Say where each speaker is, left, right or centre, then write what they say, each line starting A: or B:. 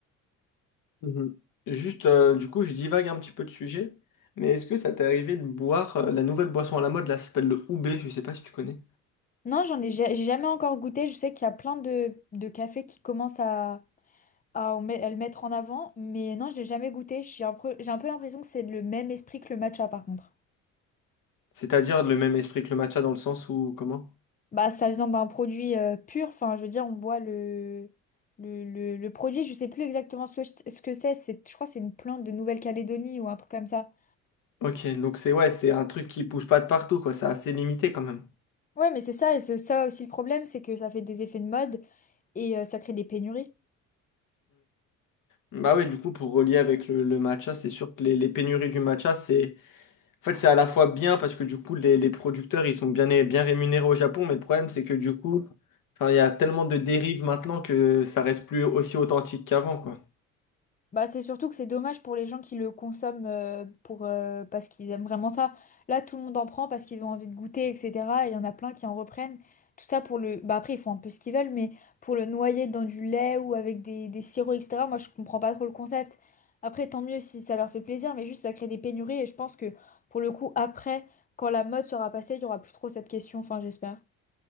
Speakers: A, on the left (about 50°); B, on the left (about 20°).
A: Mhm. Juste, euh, du coup, je divague un petit peu de sujet, mais est-ce que ça t'est arrivé de boire euh, la nouvelle boisson à la mode, là, ça s'appelle le Oubé, je sais pas si tu connais.
B: Non, j'en ai, ja- j'ai jamais encore goûté. Je sais qu'il y a plein de, de cafés qui commencent à, à, en met- à le mettre en avant, mais non, je l'ai jamais goûté. J'ai un peu, j'ai un peu l'impression que c'est le même esprit que le matcha, par contre.
A: C'est-à-dire le même esprit que le matcha dans le sens où, comment?
B: Bah, ça vient d'un produit euh, pur, enfin, je veux dire, on boit le, le, le, le produit, je sais plus exactement ce que, je- ce que c'est, c'est, je crois que c'est une plante de Nouvelle-Calédonie ou un truc comme ça.
A: Ok, donc c'est ouais, c'est un truc qui pousse pas de partout, quoi, c'est assez limité quand même.
B: Ouais, mais c'est ça, et c'est ça aussi le problème, c'est que ça fait des effets de mode et euh, ça crée des pénuries.
A: Bah ouais, du coup, pour relier avec le, le matcha, c'est sûr que les, les pénuries du matcha, c'est en fait, c'est à la fois bien parce que du coup, les, les producteurs, ils sont bien, bien rémunérés au Japon, mais le problème, c'est que du coup, enfin, il y a tellement de dérives maintenant que ça reste plus aussi authentique qu'avant, quoi.
B: Bah, c'est surtout que c'est dommage pour les gens qui le consomment euh, pour, euh, parce qu'ils aiment vraiment ça. Là, tout le monde en prend parce qu'ils ont envie de goûter, etc. Et il y en a plein qui en reprennent. Tout ça pour le... Bah, après, ils font un peu ce qu'ils veulent, mais pour le noyer dans du lait ou avec des, des sirops, etc. Moi, je comprends pas trop le concept. Après, tant mieux si ça leur fait plaisir, mais juste ça crée des pénuries. Et je pense que pour le coup, après, quand la mode sera passée, il y aura plus trop cette question. Enfin, j'espère.